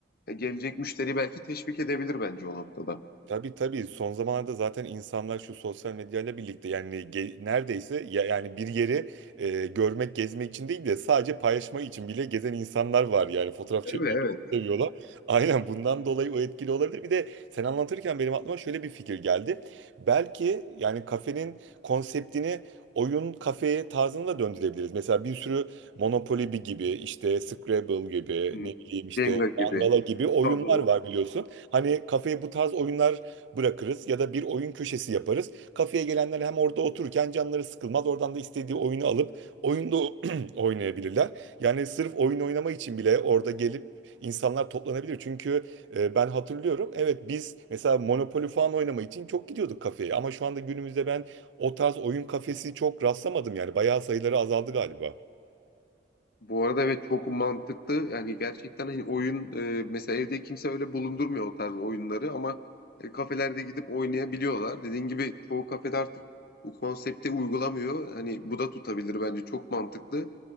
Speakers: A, on the left; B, on the right.
A: e, gelecek müşteriyi belki teşvik edebilir bence o noktada.
B: Tabii tabii son zamanlarda zaten insanlar şu sosyal medyayla birlikte yani ge- neredeyse ya, yani bir yeri e, görmek, gezmek için değil de sadece paylaşmak için bile gezen insanlar var yani fotoğraf çekmeyi
A: Evet evet.
B: çok seviyorlar. Aynen bundan dolayı o etkili olabilir. Bir de sen anlatırken benim aklıma şöyle bir fikir geldi. Belki yani kafenin konseptini oyun kafeye tarzına da döndürebiliriz. Mesela bir sürü Monopoly gibi işte Scrabble gibi
A: Hmm.
B: ne bileyim işte
A: Jenga gibi,
B: Mangala gibi oyunlar
A: Tabu.
B: var biliyorsun. Hani kafeye bu tarz oyunlar bırakırız ya da bir oyun köşesi yaparız. Kafeye gelenler hem orada otururken canları sıkılmaz. Oradan da istediği oyunu alıp oyunda <clears throat> oynayabilirler. Yani sırf oyun oynama için bile orada gelip insanlar toplanabilir. Çünkü e, ben hatırlıyorum. Evet biz mesela Monopoly falan oynama için çok gidiyorduk kafeye. Ama şu anda günümüzde ben o tarz oyun kafesi çok rastlamadım yani. Bayağı sayıları azaldı galiba.
A: Bu arada evet çok mantıklı. Yani gerçekten hani oyun e, mesela evde kimse öyle bulundurmuyor o tarz oyunları ama e, kafelerde gidip oynayabiliyorlar. Dediğin gibi çoğu kafede artık bu konsepti uygulamıyor. Hani bu da tutabilir bence çok mantıklı.